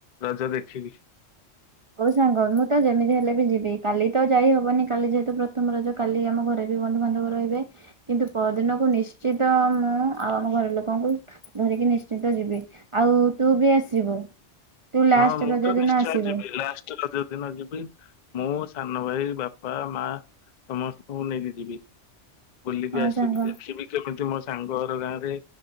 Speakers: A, on the left; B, on the right.
A: ରଜ ଦେଖିକି।
B: ହଉ ସାଙ୍ଗ ମୁଁ ତ ଯେମିତି ହେଲେ ବି ଯିବି କାଲି ତ ଯାଇ ହବନି କାଲି ଯେହେତୁ ପ୍ରଥମ ରଜ। କାଲି ଆମ ଘରେ ବି ବନ୍ଧୁବାନ୍ଧବ ରହିବେ। କିନ୍ତୁ ପରଦିନକୁ ନିଶ୍ଚିତ ମୁଁ ଆଉ ଆମ ଘର ଲୋକଙ୍କୁ ଧରିକି ନିଶ୍ଚିନ୍ତ ଯିବି ଆଉ ତୁ ବି ଆସିବୁ। ତୁ ଲାଷ୍ଟ
A: ହଁ ମୁଁ
B: ରଜ
A: ତ ନିଶ୍ଚୟ
B: ଦିନ ଆସିବୁ
A: ଯିବି ଲାଷ୍ଟ୍ ଷ୍ଟ ରଜଦିିନ ଯିବି ମୁଁ, ସାନ ଭାଇ, ବାପା, ମା ସମସ୍ତଙ୍କୁ ନେଇକି ଯିବି ବୁଲିକି
B: ହଁ
A: ଆସିବି
B: ସାଙ୍ଗ
A: ଦେଖିବି କେମତି ମୋ ସାଙ୍ଗ ହର ଗାଁ ରେ